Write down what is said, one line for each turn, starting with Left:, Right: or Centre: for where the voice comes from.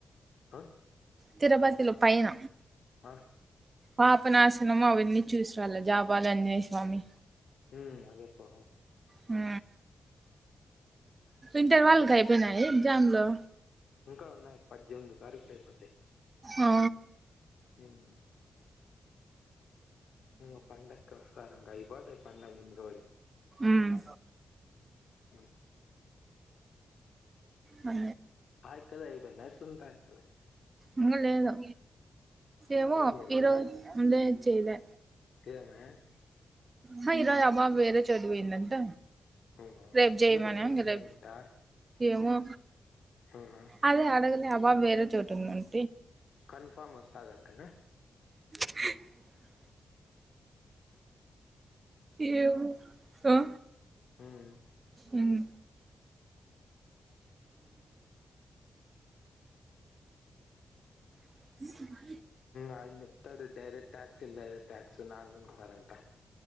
Left: ఆ
Right: తిరపతిలో పైన
Left: ఆ
Right: పాపనాశనం అవన్నీ చూసిరాల జాబాల అంజనే స్వామి
Left: ఉ అదేపో
Right: హు ఇంటర్ వాళ్లకి అయిపోయినయా ఎగ్జాములు
Left: ఇంకా ఉన్నాయి పద్దెనిమిది కరెక్ట్ అయిపోతాయి
Right: ఆ
Left: హుమ్ ఇ పంటకు వస్తారం కై బత పంట మూందు రోజు
Right: మ్మ్
Left: హు
Right: అ
Left: <unintelligible>
Right: ఇంకా లేదుా ఏమో
Left: ఫోన్ చేయలేదా
Right: ఈరోజే ముందే చేయాలే
Left: ఏమే
Right: హా ఈరోజు రమ వేరే చదివిందట
Left: అవునా
Right: రేబ్ జై
Left: ఇంకా
Right: మన
Left: ఎన్ని ఉన్నాయి
Right: రే
Left: ఇంకా
Right: ఏమో
Left: అవునా
Right: అదే అడగల అబా వే చోట ఉంట
Left: కన్ఫర్మ్ సాధ అంటంటలు
Right: <unintelligible> ఏవో హో
Left: హ్మ్
Right: ఉమ్ <inaudible>
Left: ఆయన చెప్తాడు డైరెక్ట్ ట్యాక్స్ ఇల్ డైరెక్ట్ ట్యాక్స్ నాగ ముంది సారంట